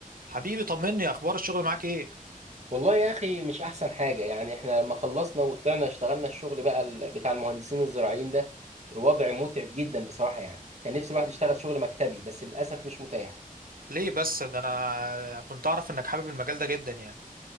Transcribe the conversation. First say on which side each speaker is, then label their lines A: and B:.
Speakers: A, on the right; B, on the right.
A: حبيبي طمني اخبار الشغل معاك ايه
B: والله يا اخي مش احسن حاجه يعني احنا لما خلصنا وطلعنا اشتغلنا الشغل بقى ال- بتاع المهندسين الزراعيين ده الوضع متعب جدا بصراحه يعني كان نفسي الواحد يشتغل شغل مكتبي بس للاسف مش متاح
A: ليه بس ده انا كنت اعرف انك حابب المجال ده جدا يعني